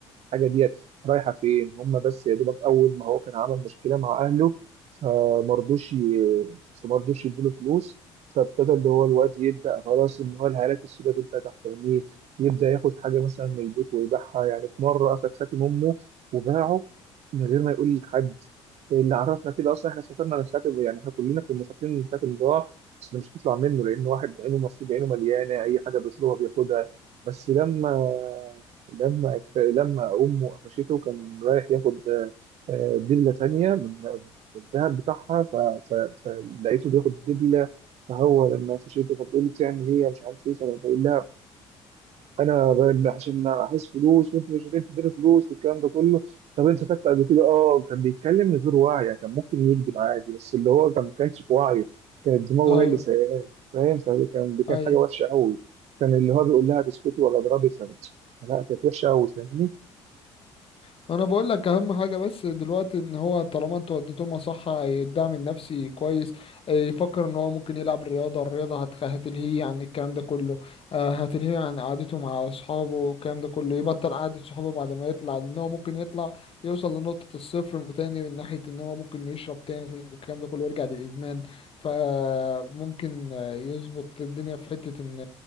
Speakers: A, on the right; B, on the left.
A: الحاجة دي رايحة فين؟ هم بس يا دوبك أول ما هو كان عمل مشكلة مع أهله فمرضوش ي- فمرضوش يديله فلوس فابتدى اللي هو الواد يبدأ خلاص إن هو الهالات السوداء تبدأ تحت عينيه يبدأ ياخد حاجة مثلا من البيت ويبيعها يعني في مرة أخد خاتم أمه وباعه من غير ما يقول لحد اللي عرفنا كده أصلا إحنا سافرنا الخاتم يعني إحنا كلنا كنا فاكرين إن الخاتم ضاع بس ده مش هيطلع منه لأن واحد عينه المفروض عينه مليانة أي حاجة بيطلبها بياخدها بس لما لما اكت- لما أمه قفشته كان رايح ياخد آه، آه، دبلة تانية من الذهب بتاعها ف... ف... فلقيته بياخد دبلة فهو لما قفشته فبتقول لي بتعمل إيه مش عارف إيه فأنا بقول لها انا ب- عشان عايز فلوس وانتوا مش قادرين تديني فلوس والكلام ده كله طب انت خدت قبل كده اه كان بيتكلم من غير وعي يعني كان ممكن يكذب عادي بس اللي هو كان ما كانش في وعيه كانت دماغه
B: ايوه
A: هي اللي سايقاه فاهم فكان دي كان
B: ايوه
A: حاجه وحشه قوي كان اللي هو بيقول لها بسكوتي ولا اضربي فلا لا، كانت وحشه قوي فاهمني
B: انا بقول لك اهم حاجه بس دلوقتي ان هو طالما انتوا وديتهم صح الدعم النفسي كويس يفكر ان هو ممكن يلعب رياضه الرياضه هتخ... هتلهيه عن الكلام ده كله آه، هتلهيه عن قعدته مع اصحابه والكلام ده كله يبطل قعده صحابه بعد ما يطلع لان هو ممكن يطلع يوصل لنقطه الصفر تاني من ناحيه ان هو ممكن يشرب تاني والكلام ده كله يرجع للادمان فممكن يظبط الدنيا في حته ان